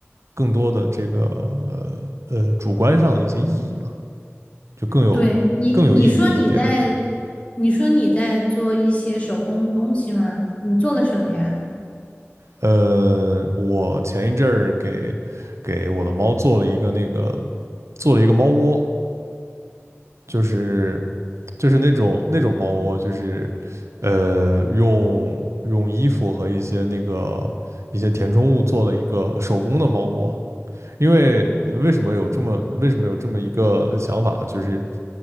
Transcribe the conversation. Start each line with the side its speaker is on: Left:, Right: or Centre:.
Right: 更多的这个呃呃主观上的一些意义嘛，就更有更有意义一点。
Left: 对你，你说你在，你说你在做一些手工东西吗？你做了什么呀？
Right: 呃，我前一阵儿给给我的猫做了一个那个做了一个猫窝，就是就是那种那种猫窝，就是呃用用衣服和一些那个一些填充物做了一个手工的猫窝，因为呃为什么有这么为什么有这么一个想法呢？就是